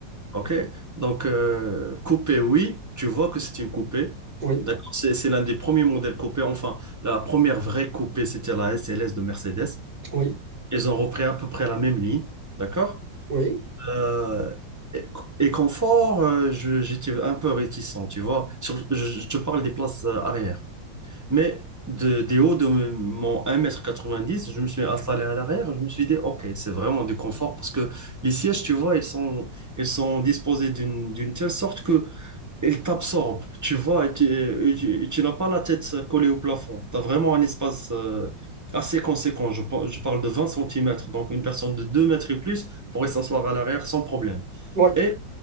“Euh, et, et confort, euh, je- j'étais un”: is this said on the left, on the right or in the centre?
Right